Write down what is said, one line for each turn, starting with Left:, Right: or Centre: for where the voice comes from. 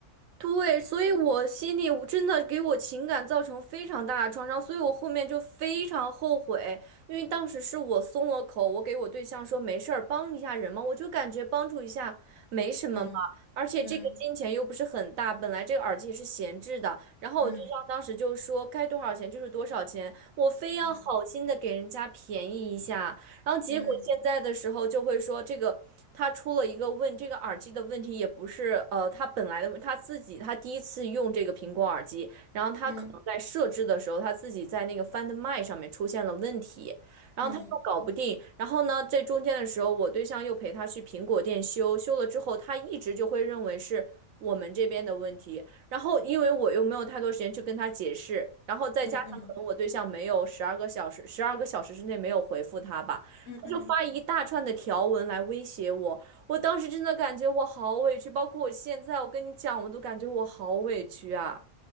Right: 对，所以我心里我真的给我情感造成非常大的创伤，所以我后面就非常后悔，因为当时是我松了口，我给我对象说没事儿，帮一下人嘛，我就感觉帮助一下没什么嘛，
Left: 嗯
Right: 而且这个金钱又不是很大，
Left: 嗯
Right: 本来这个耳机也是闲置的，然后我对象当时就说该多少钱就是多少钱，
Left: 嗯
Right: 我非要好心的给人家便宜一下。
Left: 嗯。
Right: 然后结果现在的时候就会说，
Left: 嗯
Right: 这个他出了一个问，这个耳机的问题也不是呃他本来的问他自己他第一次用这个苹果耳机，然后他可能在设置的时候，
Left: 嗯
Right: 他自己在那个 Find My 上面出现了问题，然后他又搞不定，
Left: 嗯
Right: 然后呢，在中间的时候，我对象又陪他去苹果店修，修了之后，他一直就会认为是我们这边的问题。然后因为我又没有太多时间去跟他解释，然后再加上可能我对象没有十二个小时，
Left: 嗯嗯
Right: 十二个小时之内没有回复他吧。
Left: 嗯嗯
Right: 就发一大串的条文来威胁我，我当时真的感觉我好委屈，包括我现在，我跟你讲，我都感觉我好委屈啊。